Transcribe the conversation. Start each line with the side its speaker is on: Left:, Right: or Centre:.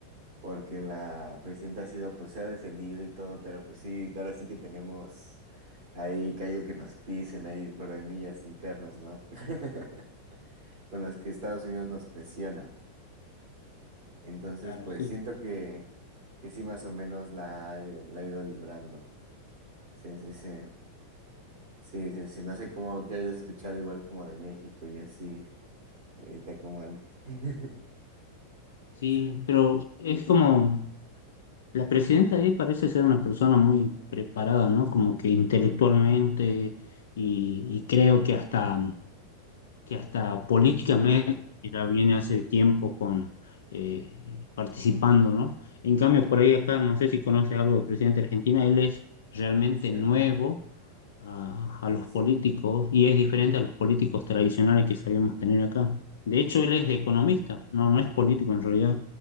Right: porque la presidenta ha sido, pues se ha defendido y todo, pero pues sí, ahora sí que tenemos ahí callo que nos pisen, ahí problemillas internos, ¿no? <laughs> Con las que Estados Unidos nos presiona. Entonces,
Left: Claro,
Right: pues
Left: sí.
Right: siento que, que sí, más o menos la, he- la he ido librando. Sí, sí, sí. Sí, sí, sí. No sé cómo que hayas escuchado igual como de México y así. Ahorita como ande. <laughs>
Left: Sí,
Right: Sí,
Left: pero es como la presidenta ahí parece ser una persona muy preparada, ¿no? Como que intelectualmente y, y creo que hasta, que hasta políticamente ya viene hace tiempo con eh, participando, ¿no? En cambio, por ahí acá, no sé si conoces algo del presidente de Argentina, él es realmente
Right: sí,
Left: nuevo a, a
Right: sí,
Left: los
Right: sí.
Left: políticos y es diferente a los políticos tradicionales que sabíamos tener acá. De hecho, él es
Right: sí.
Left: economista, no, no es político en realidad,